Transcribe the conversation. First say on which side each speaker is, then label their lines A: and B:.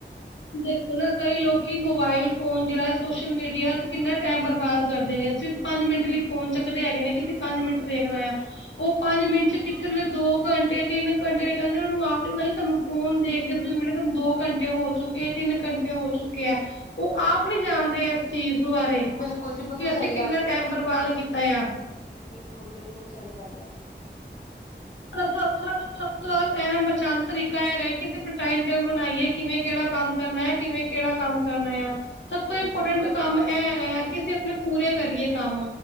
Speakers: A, on the left (about 80°); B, on the left (about 45°).
A: ਦੇਖੋ ਨਾ ਕਈ ਲੋਕੀ ਮੋਬਾਇਲ ਫੋਨ ਜੇੜਾ ਏ ਸੋਸ਼ਲ ਮੀਡੀਆ ਤੇ ਕਿੰਨਾ ਟੈਮ ਬਰਬਾਦ ਕਰਦੇ ਨੇ ਸਿਰਫ ਪੰਜ ਮਿੰਟ ਲਈ ਫ਼ੋਨ ਚੱਕਦੇ ਹੈਗੇ ਨੇ ਕਿਉਂਕਿ ਪੰਜ ਮਿੰਟ ਵੇਖਣਾ ਯਾ। ਓਹ ਪੰਜ ਮਿੰਟ ਚ ਕਿੱਥੇ ਨੇ ਦੋ ਘੰਟੇ ਤਿੰਨ ਘੰਟੇ ਨਿਕਲਨੇ ਉਹਨੂੰ ਆਪ ਨੀ ਪਤਾ ਕਿ ਸਾਨੂੰ ਫੋਨ ਦੇਖਦੇ ਤੁਸੀਂ <unintelligible> ਦੋ ਘੰਟੇ ਹੋ ਚੁੱਕੇ ਕੇ ਤਿੰਨ ਘੰਟੇ ਹੋ ਚੁੱਕੇ ਅ, ਓਹ ਆਪ ਨੀ ਜਾਣਦੇ ਐ। ਚੀਜ਼ ਬਾਰੇ
B: ਬਿਲਕੁਲ ਜੀ ਬਿਲਕੁਲ
A: ਕਿ ਅਸੀਂ
B: ਸਹੀ
A: ਕਿੰਨਾ ਟਾਈਮ ਬਰਬਾਦ ਕੀਤਾ ਯਾ
B: ਬਿਲਕੁਲ-ਬਿਲਕੁਲ ਸਹੀ ਗੱਲ ਐ।
A: <unintelligible> ਸਭ ਤੋਂ ਟੈਮ ਬਚਾਨ ਤਰੀਕਾ ਹੈਗਾ ਕਿ ਅਸੀ ਆਪਨਾ ਟਾਈਮ ਟੇਬਲ ਬਨਾਈਏ ਕਿਵੇਂ ਕੇੜਾ ਕੰਮ ਕਰਨਾ ਆ ਕਿਵੇਂ ਕੇੜਾ ਕੰਮ ਕਰਨਾ ਯਾ ਸਭ ਤੋਂ
B: ਬਿਲਕੁਲ
A: ਇੰਪੋਟੈਂਟ
B: ਸਹੀ
A: ਕੰਮ
B: ਗੱਲ
A: ਇਹ
B: ਹੈ।
A: ਹੈਗਾ ਆ ਕਿ ਅਸੀਂ ਆਪਣੇ ਪੂਰੇ ਕਰੀਏ ਕੰਮ